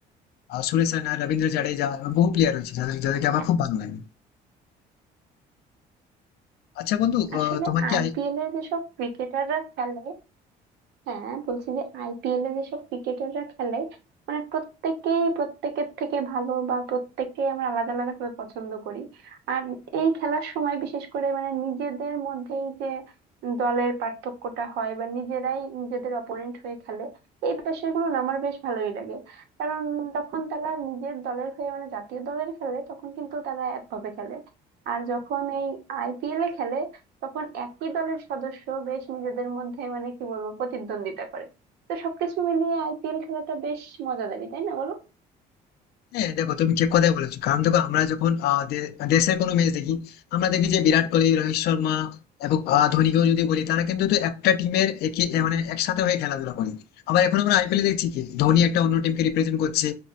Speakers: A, on the left (about 70°); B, on the right (about 80°).
A: আহ, সুরেশ রায়না রবীন্দ্র জাডেজা এবং বহু প্লেয়ার রয়েছে যাদের যাদেরকে আমার
B: হ্যাঁ
A: খুব ভালো লাগে আচ্ছা বন্ধু
B: আসলে
A: আহ, তোমার কি
B: আইপিএল এর যেসব ক্রিকেটাররা খেলে হ্যাঁ বলছি যে আইপিএল এ যেসব ক্রিকেটাররা খেলে মানে প্রত্যেকেই প্রত্যেকের থেকে ভালো বা প্রত্যেককে আমরা আলাদা আলাদা ভাবে পছন্দ করি আর এই খেলার সময় বিশেষ করে মানে নিজেদের মধ্যেই যে দলের পার্থক্যটা হয় বা নিজেরাই নিজেদের অপোনেন্ট হয়ে খেলে এই বিষয়গুলো না আমার বেশ ভালোই লাগে কারণ তখন তারা নিজের দলের হয়ে মানে জাতীয় দলের খেলে তখন কিন্তু তারা একভাবে খেলে আর যখন এই আইপিএল এ খেলে তখন একই দলের সদস্য বেশ নিজেদের মধ্যে মানে কি বলবো প্রতিদ্বন্দ্বিতা করে তো সবকিছু মিলিয়ে আইপিএল খেলাটা বেশ মজাদারি তাই না বলো
A: হ্যাঁ দেখো তুমি ঠিক কথাই বলেছো কারণ দেখো আমরা যখন আহ, দে- দেশের কোনো ম্যাচ দেখি আমরা দেখি যে বিরাট কোহলি রোহিত শর্মা এবং আহ, ধোনিকেও যদি বলি তারা কিন্তু তো একটা টিমের একই এ মানে একসাথে হয়ে খেলাধুলা করে আবার এখন আমরা আইপিএল দেখছি কি ধোনি একটা অন্য টিমকে রিপ্রেজেন্ট করছে